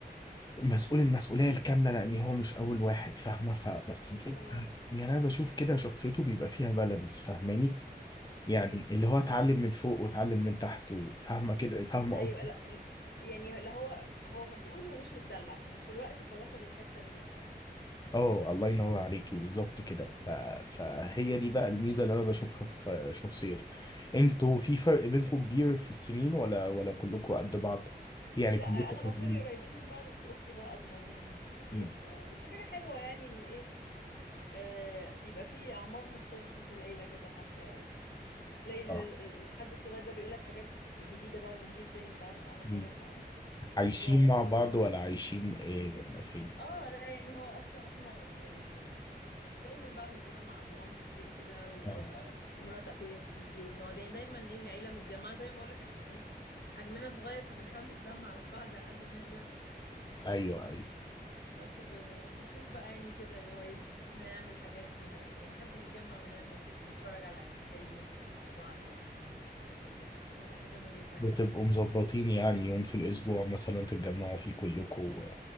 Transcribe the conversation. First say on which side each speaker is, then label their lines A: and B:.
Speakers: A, on the left; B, on the left.
A: مسؤول المسؤولية الكاملة لأن هو مش أول واحد فاهمة فبس بيبقى
B: اه
A: يعني أنا بشوف كده شخصيته بيبقى فيها بالانس فاهماني يعني
B: صح
A: اللي هو اتعلم من فوق واتعلم من تحت وفاهمة كده فاهمة
B: ايوه
A: قصدي
B: لا لا- يعني لا هو هو مسؤول ومش متدلع في نفس الوقت فواخد الحتة اللي
A: اه الله ينور عليكي بالظبط كده ف... فهي دي بقى الميزة اللي أنا بشوفها في شخصيته انتوا في فرق بينكم كبير في السنين ولا ولا كلكم قد بعض يعني
B: لا
A: كلكم
B: انا
A: قصدي
B: واخويا قريبين من بعض بس اختي بقى اصغر مني بكتير
A: مم.
B: ف ودي حاجه حلوه يعني انه ايه آه يبقى في اعمار مختلفه في العيله كده حتى تلاقي ال-
A: اه
B: ال- الحد الصغير ده بيقولك حاجات جديده بقى من جيل تاني متعرفش عنها
A: مم.
B: حاجه فالموضوع
A: عايشين
B: يعني
A: مع
B: جديد.
A: بعض ولا عايشين ايه ولا فين
B: اه لا يعني هو اصلا احنا يعني دايما بقى بنتجمع عند مامتي وكده و...
A: اه
B: ومرات اخويا بتيجي وبنقعد يعني دايما ايه العيله متجمعه زي ما بقولك احنا ايه حجمنا صغير فبنحاول نتلم على بعض على قد ما نقدر
A: ايوه ايوه
B: بس وبنشوف بقى يعني كده اللي هو ايه نعمل حاجات نعمل يعني نحب نتجمع ونعمل نتفرج على ف- فيلم مثلا مع بعض نعمل حاجة كده فبتبقى حاجة ظريفة يعني
A: بتبقوا مظبطين يعني يوم في الأسبوع مثلا تتجمعوا فيه كلكم و-